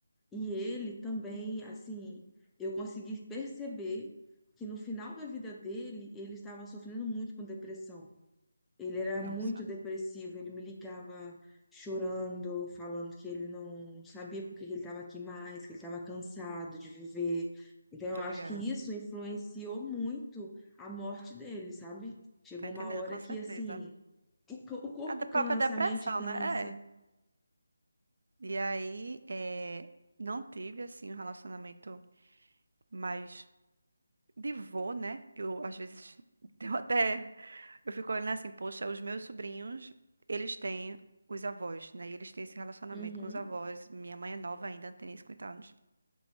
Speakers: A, in the centre; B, on the right (about 70°).
A: E ele também, assim, eu consegui perceber que no final da vida dele, ele estava sofrendo muito com depressão. Ele era
B: Nossa,
A: muito depressivo, ele me ligava chorando, falando que ele não sabia por que que ele estava aqui mais, que ele estava cansado de viver. Então, eu
B: tô
A: acho
B: ligada.
A: que isso influenciou muito a morte dele, sabe? Chegou
B: Tô entendendo,
A: uma hora
B: com
A: que,
B: certeza.
A: assim, o, co- o corpo
B: A da própria
A: cansa,
B: depressão,
A: a mente cansa.
B: né? É. E aí, eh, não tive, assim, um relacionamento mais de vô, né? Eu, às vezes, <laughs> eu até... Eu fico olhando assim, poxa, os meus sobrinhos, eles têm os avós, né? E eles têm esse relacionamento
A: Uhum,
B: com os avós. Minha mãe é nova ainda, tem nem 50 anos.